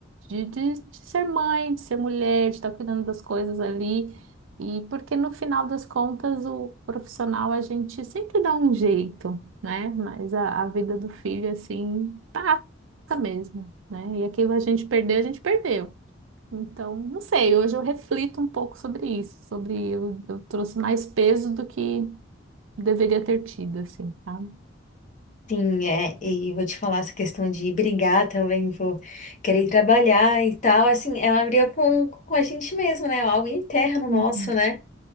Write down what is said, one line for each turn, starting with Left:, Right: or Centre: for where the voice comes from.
Right: de, de, de ser mãe, de ser mulher, de estar cuidando das coisas ali. E porque no final das contas, o profissional a gente sempre dá um jeito, né? Mas a, a vida do filho, assim, tá mesmo, né? E aquilo a gente perdeu, a gente perdeu. Então, não sei, hoje eu reflito um pouco sobre isso, sobre eu, eu trouxe mais peso do que deveria ter tido, assim, sabe?
Left: sim, é. E vou te falar essa questão de brigar também, vou querer trabalhar e tal. Assim, é uma briga com, com a gente mesmo, né? Algo interno nosso,
Right: Uhum,
Left: né?